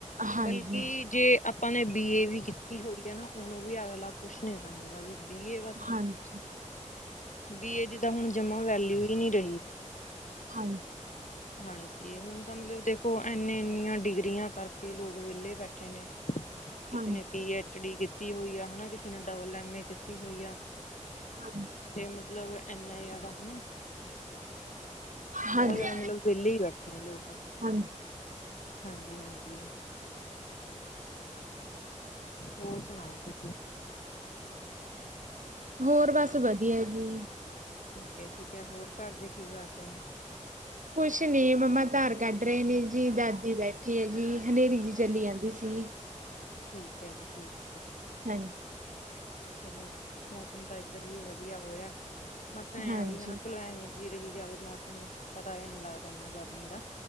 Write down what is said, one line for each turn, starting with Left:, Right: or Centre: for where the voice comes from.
Right: ਹਾਂਜੀ
Left: ਬਲਕੀ ਜੇ ਆਪਾਂ ਨੇ ਬੀ ਏ ਵੀ ਕੀਤੀ ਹੋਈ ਹੈ ਨਾ, ਹੁਣ ਉਹ ਵੀ ਅਗਲਾ ਕੁੱਛ ਨੀ ਸਮਝਦਾ ਵੀ, ਬੀ ਏ ਬਸ,
Right: ਹਾਂਜੀ
Left: ਬੀ ਏ ਦੀ, ਹੁਣ ਜਮਾਂ ਵੈਲਿਊ ਹੀ ਨਹੀਂ ਰਹੀ। <inaudible>
Right: ਹਾਂ <unintelligible>
Left: ਹਾਂਜੀ ਹੁਨ ਤਾਂ ਮਤਲਬ ਦੇਖੋ ਇਨੇ ਇਨੀਆਂ ਡਿਗਰੀਆਂ ਕਰਕੇ ਲੋਕ ਵਿਹਲੇ ਬੈਠੇ ਨੇ ਕਿਸੇ
Right: ਹਾਂਜੀ
Left: ਨੇ ਪੀ ਐਚ ਡੀ ਕੀਤ ਕੀਤੀ ਹੋਈ ਆ ਹੈ ਨਾ ਕਿਸੇ ਨੇ ਡਬਲ ਐਮ ਏ ਕੀਤੀ ਹੋਈ ਆ
Right: ਹਾਂ
Left: ਤੇ ਮਤਲਬ ਏਨਾ ਜ਼ਿਆ ਬਹੁਤ
Right: ਹਾਂਜੀ
Left: ਜਿਆਦਾ ਮਤਲਬ ਵੇਹਲੇ ਈ ਬੈਠੇ ਐ ਲੋਕ
Right: ਹਾਂਜੀ
Left: ਹਾਂਜੀ ਹਾਂਜੀ ਹੋਰ ਸੁਨਾਓ ਤੁਸੀਂ
Right: ਹੋਰ ਬਸ ਵਧੀਆ ਜੀ
Left: ਠੀਕ ਏ ਠੀਕ ਹੈ ਹੋਰ ਘਰ ਦੇ ਕੀ ਕਰਦੇ ਨੇ
Right: ਕੁਛ ਨੀ ਮੰਮਾ ਧਾਰ ਕੱਢ ਰਹੇ ਨੇ ਜੀ ਦਾਦੀ ਬੈਠੀ ਹੈ ਜੀ ਹਨੇਰੀ ਜੀ ਚੱਲੀ ਜਾਂਦੀ ਸੀ
Left: ਠੀਕ ਹੈ ਜੀ ਠੀਕ ਹੈ
Right: ਹਾਂਜੀ
Left: ਚਲੋ ਮੌਸਮ ਤਾਂ ਏਧਰ ਵੀ ਵਧੀਆ ਹੋਇਆ ਮਤਾ ਐ
Right: ਹਾਂਜੀ
Left: ਆ ਵੀ ਹੇਨਾ ਕਲਵੇਂ ਵੀ ਜੀ ਰਹੀ ਜਾਵੇ ਮੌਸਮ ਪਤਾ ਏ ਨਹੀਂ ਲੱਗਦਾ ਏਨਾ ਗਰਮੀ ਦਾ